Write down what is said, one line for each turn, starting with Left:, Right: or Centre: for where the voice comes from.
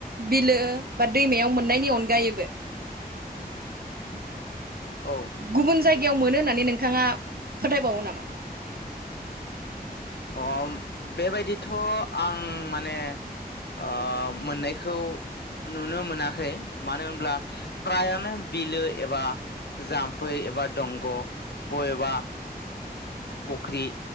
Right: बिलो बा दैमायाव मोननायनि अनगायैबो उम
Left: औ
Right: गुबुन जायग गायाव मोनो होन्नानै नोंथाङा फोथायबावो नामा?
Left: अ बेबायदिथ आं माने ओ मोननायखौ नुनो मोनाखै मानो होनब्ला फ्रायानो बिलो एबा जाम्फै एबा दंग बबेबा फुख्रि